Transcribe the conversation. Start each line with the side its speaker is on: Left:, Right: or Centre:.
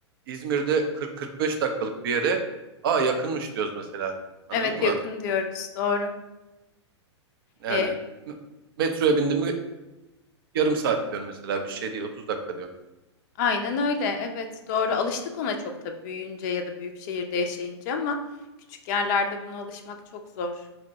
Right: İzmir'de 40-45 dakikalık bir yere aa yakınmış diyoruz mesela. Anladın
Left: Evet yakın
Right: mı?
Left: diyoruz. Doğru.
Right: Yani
Left: Ee,
Right: m- metroya bindim mi yarım saat diyorsun mesela. Bir şey değil 30 dakika diyorsun.
Left: Aynen öyle. Evet, doğru. Alıştık ona çok tabii büyüyünce ya da büyük şehirde yaşayınca ama küçük yerlerde buna alışmak çok zor.